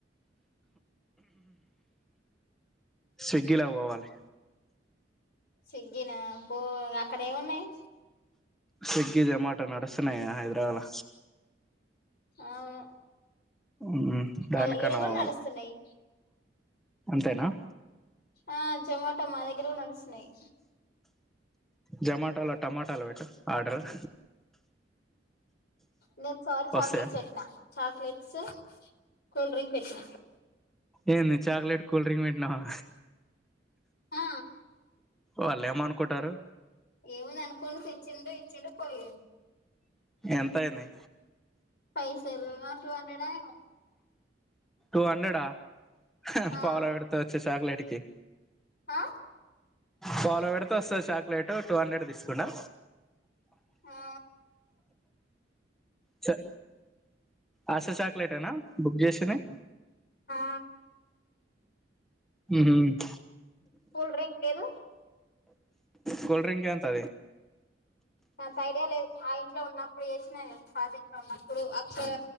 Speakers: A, in the centre; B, on the left (about 60°).
A: స్విగ్గి లక్ పోవాలి
B: స్వీగ్గిన పో అక్కడ ఏమున్నాయి
A: స్వీగ్గి జొమటో నడుస్తున్నాయి గ హైదరాబద్ల్
B: అవును
A: మ్మ్ దానికన్నా
B: అలా ఇడ కూడా
A: పోవాలి
B: నడుస్తున్నాయి
A: అంతేనా
B: ఆ జొమాటో మా దగ్గరకుడా నడుస్తున్నాయి
A: జొమాటలో టమాటలు పెట్టు ఆర్డర్
B: నిన్ సరి చాక్లెట్స్
A: వస్తాయా
B: పెట్నా చాక్లెట్స్ కూల్ డ్రింక్ పెట్టిన
A: ఏంది చాక్లెట్ కూల్ డ్రింక్ పెట్టినావా
B: ఆ
A: వాళ్ళు ఏమనుకుంటారు
B: ఎం ఉంది అనుకోను తెచ్చిండు ఇచ్చిడు పోయిండు
A: ఎంత అయింది
B: పైసలు ఏమో టూ హండ్రెడ్ ఓ ఏమో
A: టూ హండ్రెడ్ హ
B: ఆ
A: పావుల పెడితే వచ్చే చాక్లెట్ కి
B: ఆ
A: పావుల పెడితే వస్తుంది చాక్లెట్ టూ హండ్రెడ్ తీసుకుదా
B: ఆ
A: చ ఆసా చాక్లెట్ఏనా బుక్ చేసినాయి
B: ఆ
A: హమ్మ్
B: కూల్ డ్రింక్ లేదు
A: కోల్డ్రింక్ ఎంత అది
B: నాక్ ఐడియా లేదు ఆ ఇంట్లో ఉన్నప్పుడు చేసినా నేను పాత ఇంట్లో ఉన్నప్పుడు అక్షయ